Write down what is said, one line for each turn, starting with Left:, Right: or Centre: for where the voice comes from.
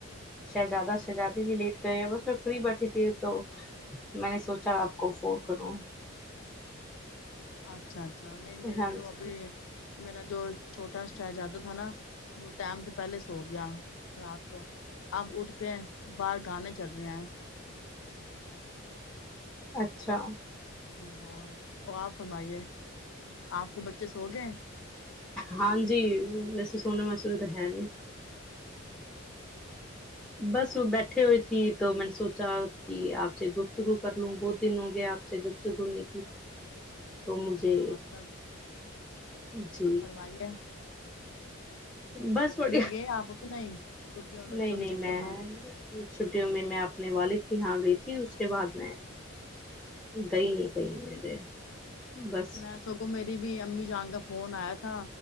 Centre: شہزادہ شہزادی بھی لیٹ گئے ہیں بس میں فری بیٹھی تھی ہوں تو میں نے سوچا آپ کو فون کروں
Left: اچھا اچھا نہیں میرے
Centre: ہاں
Left: تو
Centre: جی
Left: ابھی میرا جو چھوٹا شہزادہ تھا نا وہ ٹائم تو پہلے سو گیا رات کو اب اٹھ کے باہر گانے چل رہے ہیں
Centre: اچھا
Left: اور اور آپ فرمائیے آپ کے بچے سو گئے
Centre: ہاں جی ویسے سونے مسول تو ہے نہیں بس وہ بیٹھے ہوئے تھی تو میں نے سوچا کہ آپ سے گفتگو کر لوں بہت دن ہو گیا آپ سے گفت گفتگو نہیں کی تو مجھے
Left: ہوں، اچھا
Centre: جی
Left: کمائی ہے
Centre: بس پڑ
Left: گئے آپ کہ نہیں چھٹیوں میں
Centre: نہیں
Left: بچوں
Centre: نہیں
Left: کی چھٹیوں
Centre: میں چھٹیوں میں میں اپنے والد کی یہاں گئی تھی اس کے بعد میں گئی نہیں کہیں میرے بس
Left: میں سگوں میری بھی امی جان گا فون آیا تھا